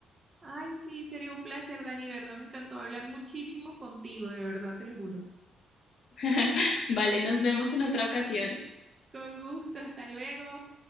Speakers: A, on the right; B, on the left.
A: Ay, sí, sería un placer, Dani, de verdad, me encantó hablar muchísimo contigo, de verdad, te lo juro.
B: <laughs> vale, nos vemos en otra ocasión.
A: Con gusto, hasta luego.